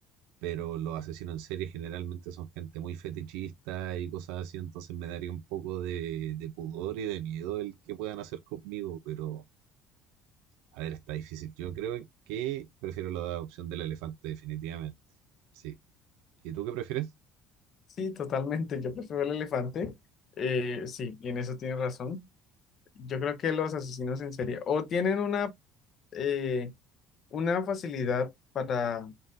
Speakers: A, on the right (about 80°); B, on the left (about 40°).
A: pero los asesinos en serie generalmente son gente muy fetichista y cosas así, entonces me daría un poco de, de pudor y de miedo el que puedan hacer conmigo, pero a ver, está difícil. Yo creo que prefiero la opción del elefante definitivamente. Sí. ¿Y tú qué prefieres?
B: Sí, totalmente. Yo prefiero el elefante. Eh, sí, y en eso tienes razón. Yo creo que los asesinos en serie o tienen una, eh, una facilidad para